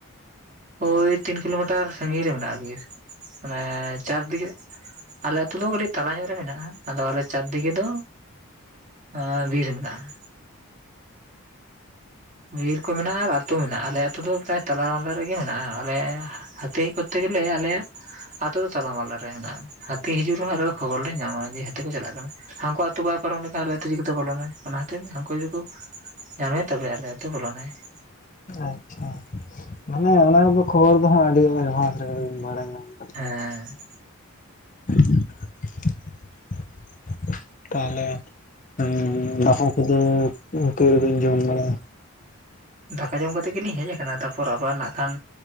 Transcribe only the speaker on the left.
ᱟᱪᱪᱷᱟ ᱢᱟᱱᱮ ᱚᱱᱟ ᱠᱚᱫᱚ ᱠᱷᱚᱵᱚᱨ ᱫᱚ ᱦᱟᱸᱜ ᱟᱹᱰᱤ ᱮᱰᱵᱷᱟᱱᱥ ᱨᱮᱜᱮ ᱵᱟᱲᱟᱭ ᱧᱟᱢ ᱟᱞᱮ ᱾
<unintelligible> ᱛᱟᱦᱚᱞᱮ ᱦᱩ ᱫᱟᱠᱟ ᱠᱚᱫᱚ ᱛᱤ ᱨᱤᱵᱤᱱ ᱡᱚᱢ ᱵᱟᱲᱟᱭᱟ